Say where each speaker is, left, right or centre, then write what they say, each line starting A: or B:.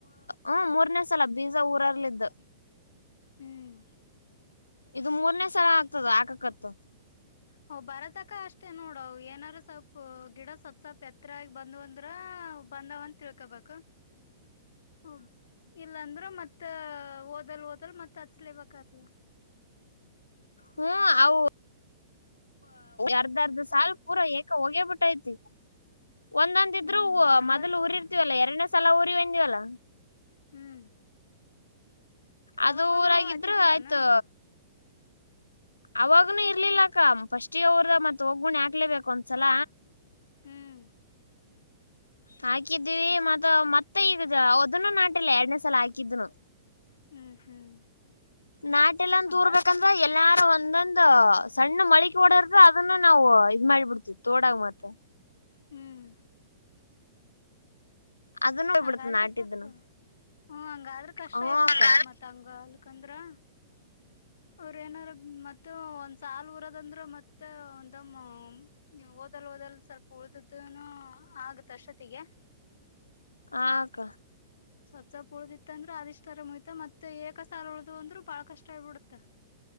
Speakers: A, on the left (about 85°); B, on the left (about 65°).
A: ಹ್ಮ ಮೂರನೇ ಸಲ ಬೀಜ ಊರಲ್ಲ್ದ.
B: ಹ್ಮ್
A: ಇದು ಮೂರನೇ ಸಲ ಆಗ್ತದ ಆಕಕತ್ತು.
B: ಹ ಬರತಕ ಅಷ್ಟೇ ನೋಡ ಏನಾದ್ರು ಸ್ವಪ್ಪ ಗಿಡ ಸ್ವಪ್ ಸವಲ್ಪ್ ಎತ್ತರಗಿ ಬಂದ್ ಅಂದ್ರ. ಹ ಬಂದಾವಂತ ತಿಳ್ಕೊಬೇಕು. ಹ ಇಲ್ಲ ಅಂದ್ರ ಮತ್ತ ಓದಲ್ ಓದಲ್ ಮತ್ತತ್ ಹಚ್ಲಿಬೇಕತದ.
A: ಹ್ಮ ಆಹು ಅರ್ಧ ಅರ್ಧ ಸಾಲ್ ಪೂರಾ ಏಕ ಹೋಗೇಬಿಟ್ಟೈತಿ. ಒಂದ್ಂದ
B: ಹ್ಮ್
A: ಇದ್ರು
B: ಹಂಗತ್
A: ಮೊದಲು ಉಊರಿರ್ತಿವಲ್ಲಾ ಎರಡನೇ ಸಲ ಊರಿವೆಂದಿವವಲ್ಲ.
B: ಹ್ಮ್
A: ಅದು
B: ಅವಾಗನು
A: ಊರಾಗಿದ್ರು
B: ಹತ್ತಿದ್ದಿಲ್ಲಾನ
A: ಆಯ್ತು. ಅವಾಗನುೂ ಇರ್ಲಿಲ್ಲಕ್ಕ ಫಸ್ಟ್ಗೆ ಅವರ್ದ ಮತ್ ಹೋಗ್ಬುಣಿ ಹಾಕ್ಲೇಬೇಕ ಒಂದ್ಸಲ.
B: ಹ್ಮ್
A: ಹಾಕಿದ್ದೀವಿ ಮತ್ತ ಮತ್ತೆ ಈಗ ಅದನು ನಾಟಿಲ್ಲ ಎರಡ್ನೇ ಸಲ ಹಾಕಿದ್ನು.
B: ಹ್ಮ್ ಹ್ಮ್
A: ನಾಟೆಲ್ಲ ಅಂದ
B: ಹಂಗಾದ್ರ
A: ಊರ್ಬೇಕಂದ್ರ ಎಲ್ಲಾರು ಒ. ಒಂದೊಂದು ಸಣ್ಣ ಮಳಿಕೆ ಹೊಡ್ರ ಅದನ್ನ ನಾವು ಇದ್ ಮಾಡಿಬಿಡ್ತೇ ತೋಡಾಗ ಮಾತ್ರ.
B: ಹ್ಮ್
A: ಅದನ್ನ ಹೋಗ್ಬಿಡ್ತ
B: ಹಂಗಾದ್ರೆ
A: ನಾಟಿದ್ದನು
B: ಸ್ವಲ್ಪ ಹ್ಮ್ ಹಂಗಾದ್ರರು ಕಷ್ಟ
A: ಹ
B: ಆಬ ಬಿಡ್ತವ
A: ಅಕ್ಕ
B: ಮತ್ ಹಂಗ. ಬಂದ್ರಾ ಅವ್ರ ಏನಾರ ಮತ್ತ ಒಂದ್ಸಲ್ ಊರದಂದ್ರ ಮತ್ತೆ ಒಂದಮ್ಮ. ಓದಲ್ ಓದಲ್ ಸ್ವಲ್ಪ ಉಳ್ದನು ಆಗತ್ಷತ್ತಿಗೆ ಅಷ್ಟೊತ್ತಿಗೆ.
A: ಆಕ್ಕ
B: ಸಪ್ ಸೊಪ್ ಉಳ್ದಿತ್ತ ಅಂದ್ರ ಅಿಷ್ಟ್ ಆರ ಮುಯ್ತ ಮತ್ತೆ ಏಕಸಾರ ಉಳ್ದು ಅಂದ್ರರು ಬಾಳ ಕಷ್ಟ ಆಗ್ಬಿಡತ್ತ